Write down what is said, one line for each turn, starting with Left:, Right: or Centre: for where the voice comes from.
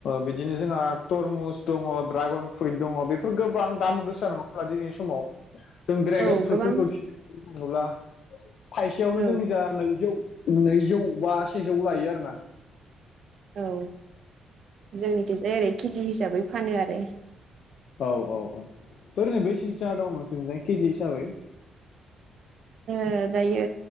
Left: बिदिनो जोंहा तरमुस दङ, ड्रागन फ्रुइट दङ बे फोर गोबां दाम गोसा नङा होनब्ला दिनैनि समाव। जों ड्रेगन
Right: औ
Left: फ्रुइटफोरखौ
Right: गोबां
Left: <unintelligible> थायसेयावनो
Right: औ
Left: जोंनिजा नैजौ नैजौ बा सेजौ लायो आरोना।
Right: औ जोंनि थिंजाय ओरै केजि हिसाबै फानो आरो।
Left: औ औ औ ओरैनो बेसेसो जाना दं नोंसोरनिजों केजि हिसाबै?
Right: ओ दायो